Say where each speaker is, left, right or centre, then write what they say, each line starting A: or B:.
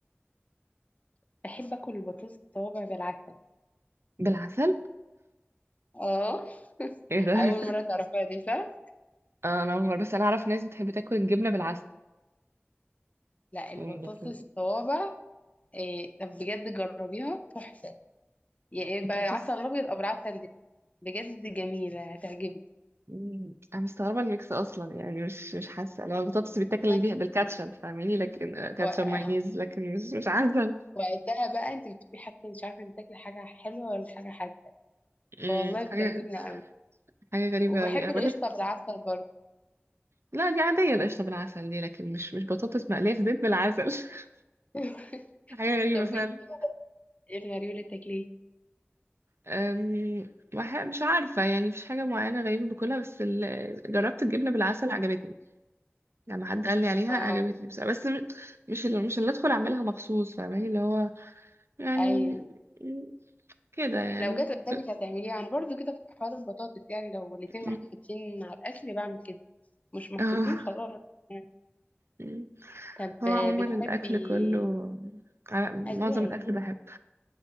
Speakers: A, on the left; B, on the right.
A: بحب اكل البطاطس الصوابع بالعسل
B: بالعسل
A: اه <laughs>
B: ايه ده <laughs>
A: اول مره تعرفيها دي صح
B: آه، انا اول مره بس انا اعرف ناس بتحب تاكل الجبنه بالعسل
A: لا
B: يعني
A: البطاطس
B: لكن
A: الصوابع إيه طب بجد جربيها تحفه يعني
B: بطاطس
A: بعسل ابيض او بالعسل ده. بجد جميله هتعجبك
B: مم، انا مستغربه الميكس اصلا يعني مش مش حاسه لو البطاطس بيتاكل
A: ما انت
B: بيها بالكاتشب فاهماني لكن آه، كاتشب
A: و-
B: مايونيز لكن مش مش عسل
A: وقتها بقى انت بتبقي حاسه مش عارفه انت تاكلي حاجه حلوه ولا حاجه حادقه
B: مم،
A: فوالله
B: حاجه
A: بتعجبني قوي
B: حاجه غريبه
A: وبحب
B: قوي انا
A: القشطه
B: بقول لك
A: بالعسل برضه
B: لا دي عاديه القشطه بالعسل دي لكن مش مش بطاطس مقليه في زيت بالعسل <laughs>
A: <laughs>
B: حاجه غريبه
A: طب
B: فعلا
A: وانت ايه الغريب اللي بتاكليه
B: أم، وح- مش عارفه يعني مفيش حاجه معينه غريبه باكلها بس ال- جربت الجبنه بالعسل عجبتني لما حد قال لي عليها
A: اه
B: عجبتني بس بس م- مش اللي مش اللي ادخل اعملها مخصوص فاهماني اللي هو يعني
A: ايوه
B: م- كده يعني
A: لو جت
B: ممكن-
A: قدامك هتعمليها انا برضو كده في حوار البطاطس يعني لو الاتنين
B: م-
A: محطوطين على الاكل بعمل كده مش محطوطين
B: اه
A: خلاص يعني.
B: م-
A: طب
B: هو
A: آه،
B: عموما
A: بتحبي
B: الاكل كله على- معظم
A: أذواق
B: الاكل بحب